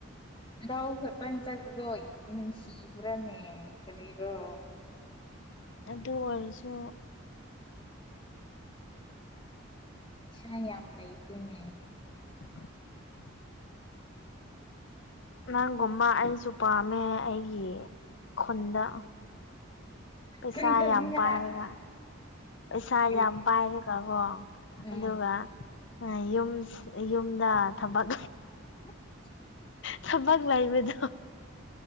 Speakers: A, on the left; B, on the left.
A: ꯂꯧ ꯈꯛꯇꯪ ꯆꯠꯄꯗꯣ ꯅꯨꯡꯁꯤꯕ꯭ꯔꯥꯅꯦ ꯀꯔꯤꯔꯣ
B: ꯑꯗꯨ ꯑꯣꯏꯔꯁꯨ
A: ꯄꯩꯁꯥ ꯌꯥꯝ ꯂꯩꯇꯦꯅꯦ
B: <inaudible> ꯅꯪꯒꯨꯝꯕ ꯑꯩꯁꯨ ꯄꯥꯝꯃꯦ ꯑꯩꯒꯤ ꯈꯨꯟꯗ ꯄꯩꯁꯥ
A: ꯀꯔꯤ ꯇꯧꯅꯤꯡꯉꯥꯏ
B: ꯌꯥꯝ ꯄꯥꯏꯔꯒ ꯄꯩꯁꯥ
A: ꯀꯔꯤ
B: ꯌꯥꯝ ꯄꯥꯏꯔꯒ ꯀꯣ
A: ꯎꯝ
B: ꯑꯗꯨꯒ ꯌꯨꯝ ꯌꯨꯝꯗ ꯊꯕꯛ
A: <unintelligible>
B: ꯊꯕꯛ ꯂꯩꯕꯗꯣ